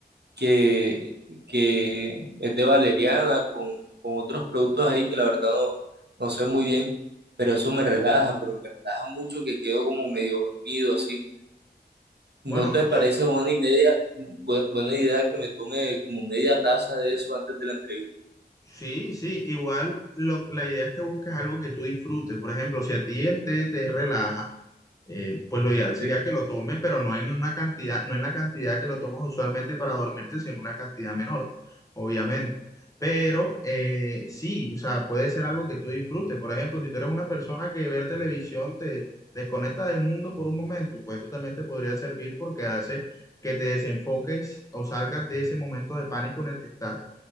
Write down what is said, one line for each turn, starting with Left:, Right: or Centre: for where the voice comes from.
Right: que, que es de valeriana con, con otros productos ahí que la verdad no, no sé muy bien, pero eso me relaja, pero me relaja mucho que quedo como medio dormido así.
Left: Bueno,
Right: ¿No te parece
Left: yo
Right: buena y media, bu- buena idea que me tome como media taza de eso antes de la entrevista?
Left: Sí, sí, igual lo, la idea es que busques algo que tú disfrutes. Por ejemplo, si a ti el té te relaja, eh, pues lo ideal sería
Right: Sí.
Left: que lo tomes, pero no en una cantidad, no en la cantidad que lo tomas usualmente para dormirte, sino en una cantidad menor, obviamente. Pero eh, sí, o sea, puede ser algo que tú disfrutes. Por ejemplo, si tú eres una persona que ver televisión te desconecta del mundo por un momento, pues eso también te podría servir porque hace que te desenfoques o salgas de ese momento de pánico en el que estás